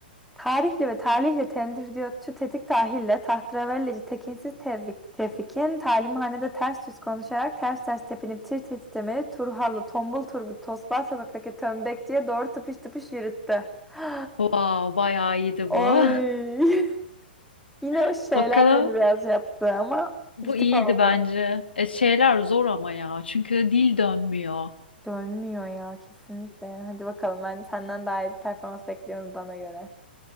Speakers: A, in the centre; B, on the left.
A: Tarihli ve talihle tendir diyor. tetik tahille tahtravelleci tekinsiz tevfik, tevfikin talimhanede ters yüz konuşarak ters ters tepinip tir tir titremeli Turhallı tombul Turgut Tosbağ sokaktaki tömbekçiye doğru tıpış tıpış yürüttü. <gasps>
B: Wow, bayağı iyiydi
A: Oy.
B: bu.
A: <laughs> Yine
B: <laughs>
A: o şeyler
B: Bakalım
A: beni biraz yaptı ama
B: Bu
A: bir tık
B: iyiydi
A: oldu.
B: bence. E, şeyler zor ama ya. Çünkü dil dönmüyor.
A: Dönmüyor ya kesinlikle. Hadi bakalım ben senden daha iyi bir performans bekliyorum bana göre.